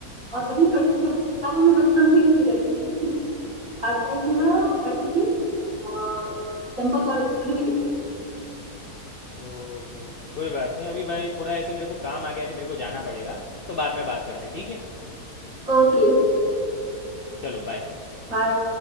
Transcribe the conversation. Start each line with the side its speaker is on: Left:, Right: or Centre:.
Right: और वहीं पढ़ती थी मैं किताबों
Left: अच्छा
Right: में बचपन से ही घुसी रहती थी पार्ट टाइम भी
Left: अच्छा
Right: मैं पढ़ती थी और चंपक और स्टोरी भी लिखती थी
Left: ओके ओके कोई बात नहीं अभी भाई थोड़ा ऐसे मेरे को काम आ गया है तो मेरे को जाना पड़ेगा तो बाद में बात करते हैं ठीक है
Right: Okay okay
Left: चलो बाय
Right: बाय